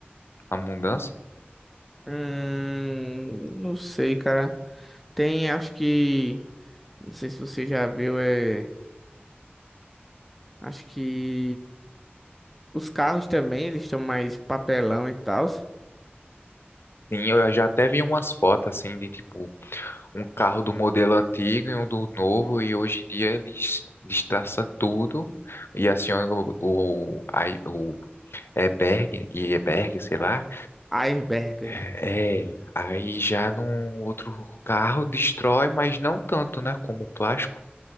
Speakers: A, on the left; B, in the centre.
A: a mudança?
B: Hum, não sei, cara. Tem, acho que. Não sei se você já viu, é. Acho que os carros também, eles estão mais papelão e tal.
A: Sim, eu já até vi umas fotos assim de tipo um carro do modelo antigo e um do novo, e hoje em dia eles destraçam tudo e acionam o, o, aí o airbag, e airbag, sei lá.
B: Airbag.
A: É, aí já num outro carro destrói, mas não tanto, né, como o plástico.